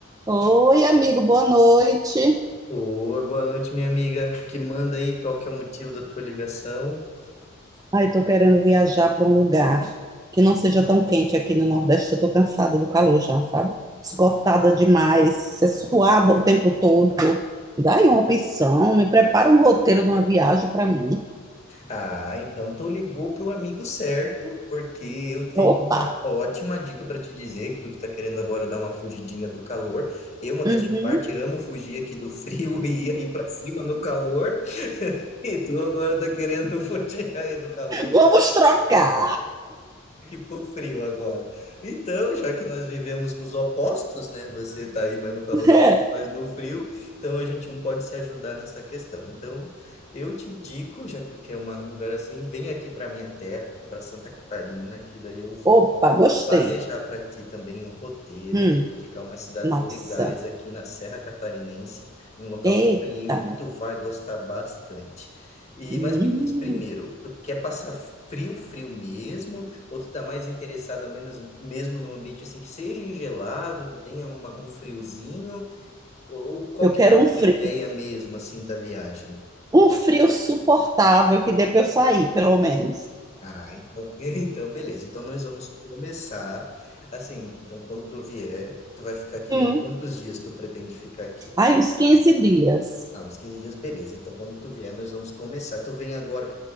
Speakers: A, on the right; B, on the left.
A: Oi, amigo, boa noite.
B: Oi, boa noite, minha amiga. Que manda aí qual que é o motivo da tua ligação?
A: Ai, eu tô querendo viajar para um lugar que não seja tão quente aqui no Nordeste. Eu tô cansada do calor já, sabe? Esgotada demais, ser suada o tempo todo. Me Dá aí uma opção, me prepara um roteiro de uma viagem para mim.
B: Ah, então tu ligou pro amigo certo, porque eu tenho
A: Opa!
B: uma ótima dica para te dizer, que tu que tá querendo agora dar uma fugidinha do calor. Eu, modéstia
A: uhum,
B: à parte, amo fugir aqui do frio <laughs> e ir para cima no calor, e tu agora tá querendo <laughs> fugir aí do calor.
A: Vamos trocar!
B: muito frio agora. Então, já que nós vivemos dos opostos, né? Você está aí mais no calor,
A: <laughs> É.
B: mas no frio, então a gente um pode se ajudar nessa questão. Então, eu te indico, já que tu quer uma- um lugar assim, vem aqui para minha terra, aqui para Santa Catarina, que daí eu vou
A: Opa, gostei.
B: planejar para ti também um roteiro,
A: Hum,
B: indicar umas cidades
A: nossa,
B: legais aqui na Serra Catarinense, um local
A: eita!
B: frio que tu vai gostar bastante. E,
A: Hum,
B: mas me diz, primeiro, tu quer passar frio, frio mesmo, ou tu tá mais interessado menos, mesmo num ambiente assim que seja gelado, que tenha uma- um friozinho, ou qual
A: eu
B: que
A: quero
B: é a tua
A: um frio,
B: ideia mesmo assim da viagem?
A: um frio suportável que dê para eu sair, pelo menos.
B: Ah, então, <laughs> então beleza. Então nós vamos começar assim. Então quando tu vier, tu vai ficar aqui.
A: Hum.
B: um- Quantos dias tu pretende ficar aqui?
A: Aí, uns 15 dias.
B: Ah, uns 15 dias, beleza. Então quando tu vier, nós vamos começar. Tu vem agora,